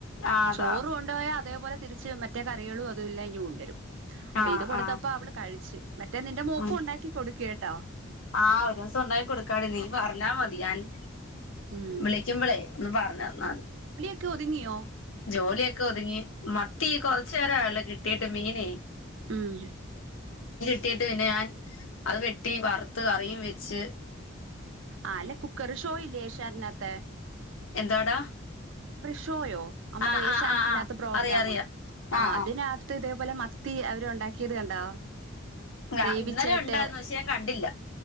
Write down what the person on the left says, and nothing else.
ആഹ് അതാ
ആഹ്
ആഹ്
ഉം
ആഹ് ഒരു ദിവസം ഉണ്ടാക്കി കൊടുക്കാടി നീ പറഞ്ഞാ മതി ഞാൻ-
വിളിക്കുമ്പളേ ഒന്ന് പറഞ്ഞ് തന്നാൽ മതി
ജോലിയൊക്കെ ഒതുങ്ങി മത്തി കുറച്ചു നേരം ആയല്ലോ കിട്ടീട്ട് മീനേ
കിട്ടീട്ട് പിന്നെ ഞാൻ അത് വെട്ടി വറുത്ത് കറിയും വെച്ച്
എന്താടാ
ആ
ആ ആ ആ
അറിയാം അറിയാം
ആഹ്
ആ ഇന്നലെ ഉണ്ടായിരുന്നു പക്ഷെ ഞാൻ കണ്ടില്ല